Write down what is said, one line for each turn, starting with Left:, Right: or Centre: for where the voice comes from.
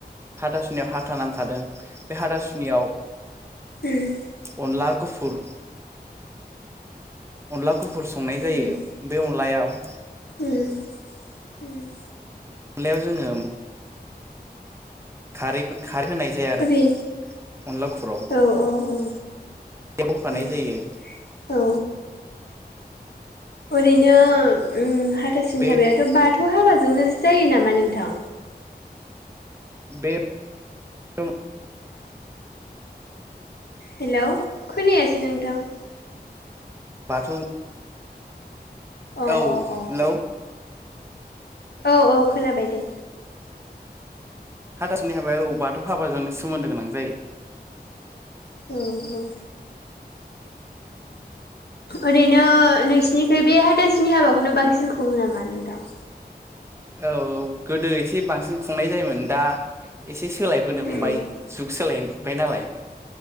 Right: हाथा सुनियाव हाथा नाम थादों। बे हाथासुनियाव
Left: उम
Right: अनला गुफुर अनला गुफुर संनाय जायो
Left: उम
Right: बे अनलायाव
Left: उम उम।
Right: अनलायाव जोङो खारैबो खार होनाय जाया आरो
Left: ओरै
Right: अनला गुफुराव
Left: औ औ औ
Right: <unintelligible>
Left: औ
Right: जायो
Left: औ ओरैनो उम हाथाासनि
Right: बे
Left: हाबायाथ' बाथौ हाबाजोंनो जायो नामा नोंथां?
Right: बे औ
Left: हेल' खोनायासै नोंथां
Right: बाथौ
Left: अ
Right: औ
Left: अ
Right: हेल'
Left: अ औ औ खोनाबाय दे
Right: हाथासुनि हाबायाव बौ बाथौ हाबाजोंनो सोमोन्दो गोनां जायो।
Left: औ औ ओरैनो नोंसिनिखै बे हाथासुनि हाबाखौनो बांसिन खुङो नामा नोंथां?
Right: औ गोदो एसे बांसिन खुंनाय जायोमोन दा एसे सोलायबोनो
Left: उम
Right: हमबाय जुग सोलायबाय नालाय